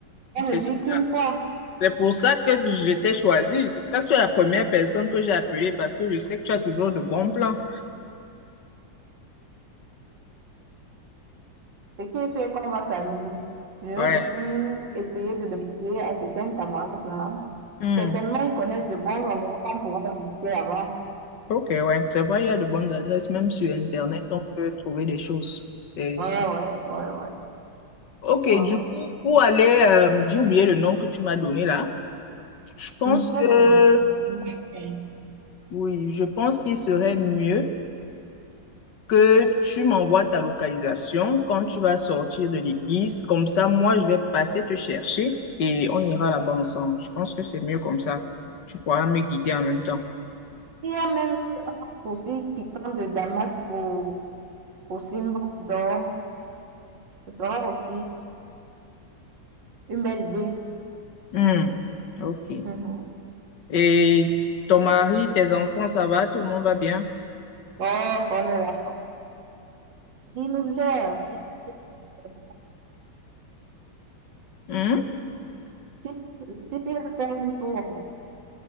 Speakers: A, on the right (about 75°); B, on the left (about 70°).
A: On ne
B: c'est
A: vit
B: super.
A: qu'une fois.
B: C'est pour ça que je t'ai choisi. C'est pour ça que tu es la première personne que j'ai appelée parce que je sais que tu as toujours de bons plans.
A: Ce qui est sûr c'est qu'on va s'amuser. Je vais
B: Ouais.
A: aussi essayer de demander à certains camarades là.
B: Hmm.
A: Certainement, ils connaissent de bons endroits qu'on pourra visiter avant.
B: Ok, ouais. C'est vrai, il y a de bonnes adresses. Même sur Internet, on peut trouver des choses. C'est,
A: Ouais,
B: c'est...
A: ouais, ouais, ouais,
B: Ok,
A: ouais,
B: du
A: ouais.
B: coup, pour aller, euh, j'ai oublié le nom que tu m'as donné là. Je pense
A: Mais
B: que,
A: bon, mais-
B: oui, je pense qu'il serait mieux. que tu m'envoies ta localisation quand tu vas sortir de l'église. Comme ça, moi, je vais passer te chercher et on ira là-bas ensemble. Je pense que c'est mieux comme ça. Tu pourras me guider en même temps.
A: il y a même aussi qui tente de Damas pour, pour Simba, donc ce sera aussi une belle idée.
B: Hmm, ok.
A: Mhm.
B: Et ton mari, tes enfants, ça va? Tout le monde va bien?
A: Bon, on est là. Il nous gère. il nous gère.
B: Hmm?
A: Le type, le type, il a fait un tour.